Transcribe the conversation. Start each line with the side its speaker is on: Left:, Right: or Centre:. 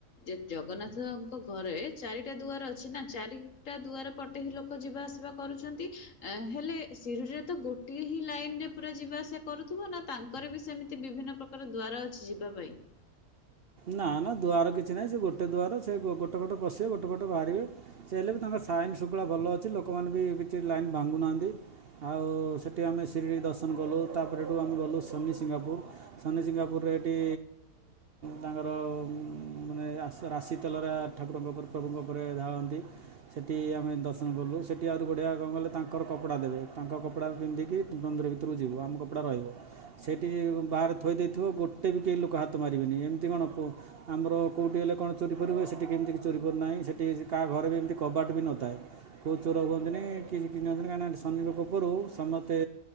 Left: ଯେ ଜଗନ୍ନାଥଙ୍କ ଘରେ ଚାରିଟା ଦୁଆର ଅଛି ନା ଚାରିଟା ଦୁଆର ପଟେ ହିଁ ଲୋକ ଯିବା ଆସିବା କରୁଛନ୍ତି। ହେଲେ ଶିରିଡ଼ିରେ ତ ଗୋ ଟି ହିଁ ଲାଇନ ରେ ପୁରା ଯିବା ଆସିବା କରୁଥିବ ନା ତାଙ୍କର ବି ସେମିତି ବିଭିନ୍ନ ପ୍ରକାର ଦ୍ୱାର ଅଛି ଯିବା ପାଇଁ? <inaudible>
Right: ନା ନା ଦୁଆର କିଛି ନାହିଁ ସେ ଗୋଟେ ଦୁଆର ସେ ଗୋଟେ ପଟ ପଶିବେ ଗୋଟେ ପଟେ ବାହାରିବେ ସେ ହେଲେ ବି ତାଙ୍କର ସାଇନ ଶୁଙ୍ଖଳା ଭଲ ଅଛି। ଲୋକମାନେ ବି କିଛି ଲାଇନ ଭାଙ୍ଗୁନାହାନ୍ତି। ଆଉ ସେଠି ଆମେ ସିରିଡ଼ି ଦର୍ଶନ କଲୁ ତାପରେ ହେଠୁ ଆମେ ଗଲୁ ଶନିସିଙ୍ଗାପୁର। ଶନି ସିଙ୍ଗାପୁର ହେଟି ତାଙ୍କର ମାନେ ରା ରାଶି ତେଲରା ଠାକୁରଙ୍କ ଉପ ପ୍ରଭୁଙ୍କ ଉପରେ ଢାଳନ୍ତି। ସେଠି ଆମେ ଦର୍ଶନ କଲୁ। ସେଠି ଆଉରି ବଢ଼ିଆ କଣ କହିଲ ତାଙ୍କର କପଡ଼ା ଦେବେ। ତାଙ୍କ କପଡ଼ା ପିନ୍ଧିକି ମନ୍ଦିର ଭିତକୁ ଯିବୁ। ଆମ କପଡ଼ା ରହିବ। ସେଇଠି ବାହାରେ ଥୋଇ ଦେଇଥିବ। ଗୋଟେ ବି କେହି ଲୋକ ହାତ ମାରିବେନି ଏମ ଏଠି କଣ ଆମର କଉଠି ହେଲେ କଣ ଚୋରି ଫୋରି ହୁଏ। ସେଠି କେମିତି ଚୋରି ଫୋରି ନାଇଁ ସେଠି କାହା ଘରେ ବି ଏମିତି କବାଟ କବାଟ ବି ନଥାଏ। କୋଉଁ ଚୋର ହୁଅନ୍ତିନି କି <unintelligible> କାହିଁକ ଶନଙ୍କ କୃପାରୁ ସମସ୍ତେ